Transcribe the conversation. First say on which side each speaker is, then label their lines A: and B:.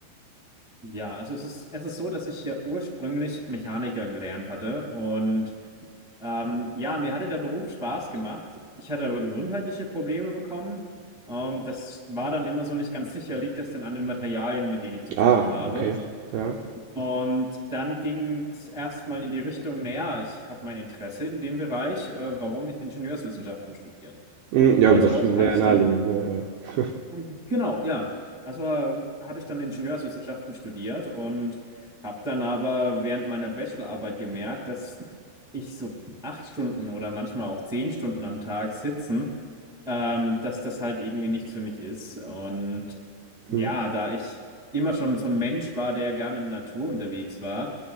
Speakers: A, in the centre; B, on the right (about 75°).
A: Ja, also es ist, es ist so, dass ich ja ursprünglich Mechaniker gelernt hatte und ähm, ja, mir hatte der Beruf Spaß gemacht. Ich hatte aber gesundheitliche Probleme bekommen. Ähm, das war dann immer so nicht ganz sicher, liegt das denn an den Materialien, mit denen ich zu tun
B: Ah,
A: habe?
B: okay. Ja.
A: Und dann ging es erstmal in die Richtung, naja, ich habe mein Interesse in dem Bereich, äh, warum nicht Ingenieurswissenschaften studieren?
B: Hm, ja,
A: Also
B: gut, das wäre
A: hatte ich
B: naheliegend.
A: dann
B: Ne? Ja.
A: Äh, Genau, ja. Also äh, hatte ich dann Ingenieurswissenschaften studiert und habe dann aber während meiner Bachelorarbeit gemerkt, dass ich so acht Stunden oder manchmal auch zehn Stunden am Tag sitzen, ähm, dass das halt irgendwie nichts für mich ist. Und ja,
B: Hm,
A: da ich immer schon so ein Mensch war, der gerne in der Natur unterwegs war,